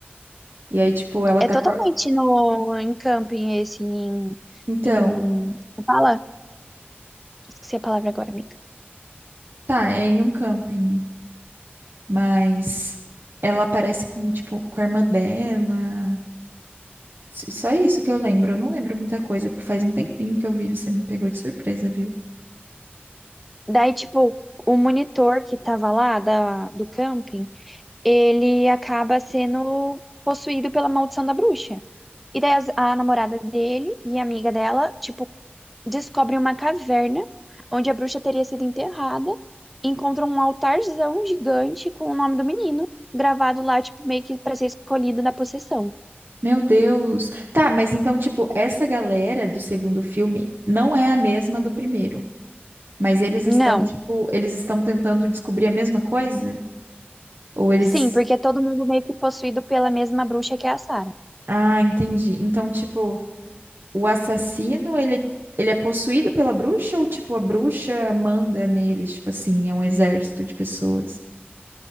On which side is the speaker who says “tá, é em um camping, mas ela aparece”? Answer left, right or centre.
Right